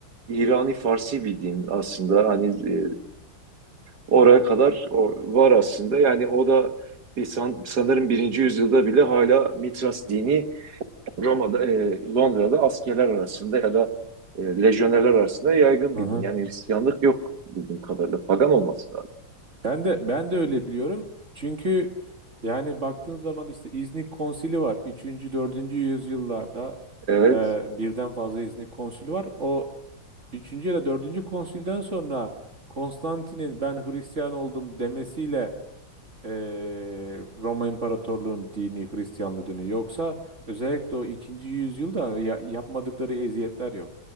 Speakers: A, on the right; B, on the right.
A: İrani Farsi bir din aslında hani e, oraya kadar o- var aslında yani o da bir san- sanırım birinci yüzyılda bile hala Mitras dini Roma'da e, Londra'da askerler arasında ya da e, lejyonerler arasında yaygın
B: hı
A: bir
B: hı.
A: din yani Hristiyanlık yok bildiğim kadarıyla pagan olması lazım.
B: Ben de ben de öyle biliyorum. Çünkü yani baktığın zaman işte İznik Konsili var. 3. 4. yüzyıllarda
A: Evet.
B: e, birden fazla İznik Konsili var. O Üçüncü ya da dördüncü konsülden sonra Konstantin'in ben Hristiyan oldum demesiyle eee, Roma İmparatorluğu'nun dini Hristiyanlığı dönüyor. Yoksa özellikle o ikinci yüzyılda ya- yapmadıkları eziyetler yok.